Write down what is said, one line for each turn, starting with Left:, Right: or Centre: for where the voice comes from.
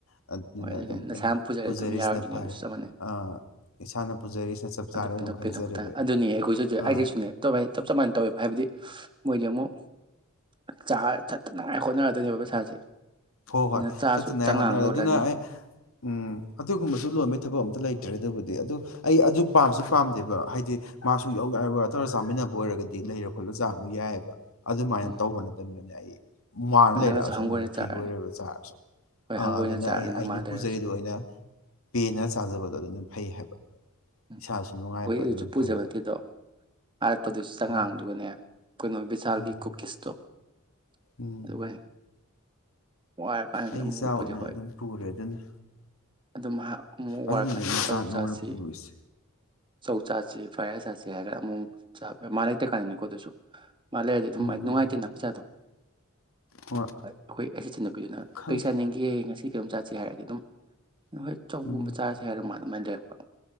Left: ꯑꯗꯨꯅ
Right: ꯍꯣꯏ ꯑꯗꯨꯅꯦ
Left: ꯑꯗꯨꯝ
Right: ꯉꯁꯥ
Left: ꯑꯩ
Right: ꯌꯥꯝ ꯄꯨꯖꯔꯦ
Left: ꯄꯨꯖꯔꯤꯁꯤꯅ
Right: ꯑꯗꯨꯝ ꯌꯥꯔꯣꯏꯗꯣꯏꯅꯦ
Left: ꯐꯔꯦ
Right: ꯑꯗꯨꯁꯨ ꯆꯞ ꯃꯥꯟꯅꯩ
Left: ꯑꯥ ꯏꯁꯥꯅ ꯄꯨꯖꯔꯤꯁꯤꯅ ꯆꯞ ꯆꯥꯅ
Right: ꯑꯗꯨ ꯄꯦꯟꯊꯣꯛ
Left: ꯑꯗꯨꯝ ꯈꯟꯖꯔꯦꯕ
Right: ꯄꯦꯟꯊꯣꯛꯄꯗ ꯑꯗꯨꯅꯤꯅꯦ ꯑꯩꯈꯣꯏꯁꯨ
Left: ꯑꯥ
Right: ꯑꯩꯗꯁꯨꯅꯦ ꯇꯣꯚꯩ ꯆꯞ ꯆ ꯃꯥꯟꯅ ꯇꯧꯋꯦꯕ ꯍꯥꯏꯕꯗꯤ ꯃꯣꯏꯗꯤ ꯑꯃꯨꯛ ꯆꯥ ꯆꯠꯇꯅꯉꯥꯏ ꯍꯣꯠꯅꯔꯗꯣꯏꯅꯦꯕ ꯄꯩꯁꯥꯁꯦ
Left: ꯍꯣꯏ ꯍꯣꯏ
Right: ꯑꯗꯨꯅ ꯆꯥꯁꯨ
Left: ꯆꯠꯇꯅꯉꯥꯏ
Right: ꯆꯉꯥꯡ
Left: ꯍꯣꯠꯅꯔꯦ
Right: ꯂꯣꯜꯂꯅꯤ
Left: ꯑꯗꯨꯅ ꯑꯩ ꯎꯝ ꯑꯗꯨꯒꯨꯝꯕꯁꯨ ꯂꯣꯟꯕꯩ ꯊꯕꯛ ꯑꯝꯇ ꯂꯩꯇ꯭ꯔꯦ ꯑꯗꯨꯕꯨꯗꯤ ꯑꯗꯨ ꯑꯩ ꯑꯗꯨ ꯄꯥꯝꯁꯨ ꯄꯥꯝꯗꯦꯕ ꯍꯥꯏꯗꯤ ꯃꯥꯁꯨ ꯋꯥꯔ ꯇꯧꯔ ꯆꯥꯃꯤꯟꯅꯕ ꯑꯣꯏꯔꯒꯗꯤ ꯂꯩꯔ ꯈꯣꯠꯂ ꯆꯥꯕꯗꯨ ꯌꯥꯏꯑꯕ ꯑꯗꯨꯃꯥꯏꯅ
Right: ꯎꯝ
Left: ꯇꯧꯕ ꯅꯠꯇꯕꯅꯤ <inaudible> ꯃꯥꯥꯜꯂꯥ
Right: ꯍꯣꯏ
Left: ꯂꯩꯔꯦ
Right: ꯅꯪꯅꯁꯨ
Left: ꯑꯥꯁꯦ
Right: ꯍꯪꯒꯣꯏꯅ
Left: ꯑꯩꯉꯣꯟꯗ
Right: ꯆꯥꯔꯅꯤ
Left: ꯐ꯭ꯔꯤ ꯑꯣꯏꯔꯣꯏꯕ ꯆꯥꯔꯁꯨ
Right: ꯍꯣꯏ
Left: ꯑꯥ
Right: ꯍꯪꯒꯣꯏꯅ
Left: ꯑꯗꯨꯅ
Right: ꯆꯥꯔꯅꯤ
Left: ꯑꯩ
Right: ꯅꯪ
Left: ꯑꯩꯅ
Right: ꯃꯥ ꯂꯩꯔꯁꯨ
Left: ꯄꯨꯖꯔꯤꯗꯣ ꯑꯣꯏꯅ ꯄꯦꯅ ꯆꯥꯖꯕꯗꯣ ꯑꯗꯨꯅ ꯐꯩ ꯍꯥꯏꯕ
Right: ꯎꯝ
Left: ꯏꯁꯥꯁꯨ ꯅꯨꯡꯉꯥꯏꯕ
Right: ꯍꯣꯏ ꯑꯗꯨꯁꯨ
Left: ꯑꯗꯨꯅ
Right: ꯄꯨꯖꯕ
Left: ꯐꯩꯌꯦꯕ
Right: ꯅꯠꯇꯦꯗꯣ ꯑꯥꯔꯄꯣꯗꯁꯨ ꯆꯉꯥꯡꯗꯨꯒꯅꯦ
Left: ꯍꯣꯏ
Right: ꯀꯩꯅꯣ ꯁꯥꯔꯒꯤ
Left: ꯎꯝ
Right: ꯀꯨꯀꯤꯁꯇꯣ
Left: ꯎꯝ
Right: ꯑꯗꯨ ꯀꯩ ꯋꯥꯏꯔꯀꯥꯟꯗꯗꯤ
Left: ꯑꯩ
Right: ꯑꯃꯨꯛ
Left: ꯆꯥ
Right: ꯃꯨꯛꯄꯨꯗꯤ
Left: ꯑꯣꯏꯅ
Right: ꯍꯣꯏ
Left: ꯑꯗꯨꯝ ꯄꯨꯔꯦ ꯑꯗꯨꯅ
Right: ꯑꯗꯨꯝ ꯍꯥꯏ ꯑꯃꯨꯛ
Left: ꯑꯗꯨꯅꯅꯦ
Right: ꯋꯥꯏꯔꯀꯥꯟꯗꯗꯤ
Left: ꯑꯩꯅ
Right: ꯆꯧ
Left: ꯆꯥꯛ ꯉꯧꯔ
Right: ꯆꯥꯁꯤ
Left: ꯄꯨꯔꯤꯁꯦ
Right: ꯆꯧ ꯆꯥꯁꯤ ꯐ꯭ꯔꯥꯏ ꯔꯥꯏꯁ ꯆꯥꯁꯤ ꯌꯥꯔꯦ ꯑꯃꯨꯛ ꯃꯥ ꯂꯩꯇꯦ ꯀꯥꯟꯗꯅꯤꯀꯣ ꯑꯗꯨꯁꯨ ꯃꯥ ꯂꯩꯔꯗꯤ ꯑꯗꯨꯝ
Left: ꯎꯝ
Right: ꯅꯨꯡꯉꯥꯏꯇꯦꯅ ꯄꯩꯁꯥꯗꯣ
Left: ꯍꯣꯏ
Right: ꯑꯩꯈꯣꯏ ꯑꯩꯆ ꯏꯠꯆꯤꯟꯅꯄꯤꯗꯨꯅ
Left: ꯈꯪꯗꯦ
Right: ꯀꯔꯤ ꯆꯥꯅꯤꯡꯒꯦ ꯉꯁꯤ ꯀꯩꯅꯣꯝ ꯆꯥꯁꯦ ꯍꯥꯏꯔꯗꯤ ꯑꯗꯨꯝ ꯍꯣꯏ ꯆꯧꯒꯨꯝꯕ
Left: ꯎꯝ
Right: ꯆꯥꯔꯁꯦ ꯍꯥꯏꯔ ꯃꯥꯜꯂꯦ ꯑꯗꯨ ꯃꯥꯏ ꯇꯧꯋꯦ ꯑꯩꯈꯣꯏ